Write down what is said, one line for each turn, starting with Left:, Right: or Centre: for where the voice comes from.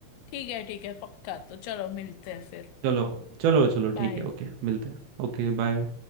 Left: ठीक है ठीक है पक्का तो चलो मिलते हैं फिर
Right: चलो चलो चलो
Left: बाय
Right: ठीक है ओके मिलते हैं Okay bye